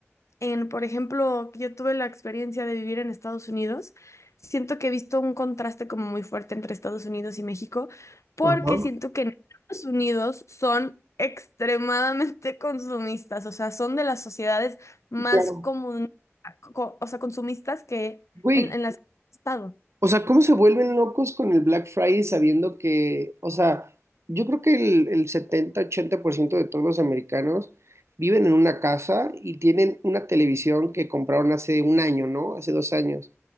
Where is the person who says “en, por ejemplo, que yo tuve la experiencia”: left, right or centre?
Left